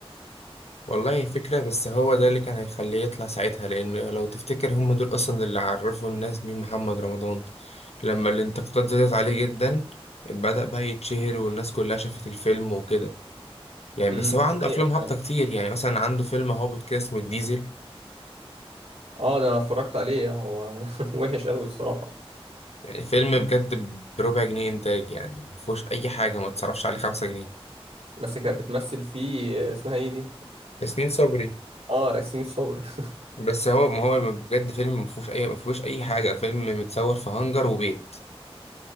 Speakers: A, on the left (about 90°); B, on the right (about 80°).
A: والله فكرة بس هو ده اللي كان هيخليه يطلع ساعتها لأن لو تفتكر هم دول أصلا اللي عرفوا الناس مين محمد رمضان لما الانتقادات زادت عليه جدا بدأ بقى يتشهر والناس كلها شافت الفيلم وكده يعني
B: امم
A: بس هو عنده
B: دي حقيقة
A: أفلام هابطة
B: فعلا.
A: كتير يعني مثلا عنده فيلم هابط كده اسمه الديزل
B: اه ده أنا اتفرجت عليه هو <laughs> وحش قوي الصراحة
A: يعني فيلم بجد بربع جنيه إنتاج يعني مفهوش أي حاجة ما تصرفش عليه خمسة جنيه
B: بس كانت بتمثل فيه اسمها ايه دي
A: ياسمين صبري
B: اه ياسمين صبري <laughs>
A: بس هو ما هو بجد فيلم مفهوش أي مفهوش أي حاجة فيلم متصور في هانجر وبيت